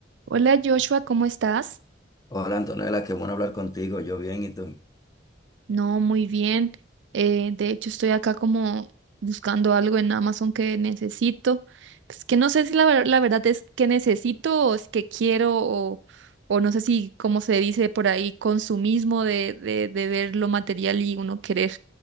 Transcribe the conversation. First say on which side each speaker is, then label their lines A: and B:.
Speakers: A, on the right (about 75°); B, on the left (about 20°).
A: Hola Joshua, ¿cómo estás?
B: Hola Antonella, qué bueno hablar contigo. Yo bien, ¿y tú?
A: No, muy bien. Eh, de hecho, estoy acá como buscando algo en Amazon que necesito. Pues que no sé si la, ver- la verdad es que necesito o es que quiero o, o no sé si, como se dice por ahí, consumismo de, de, de ver lo material y uno querer.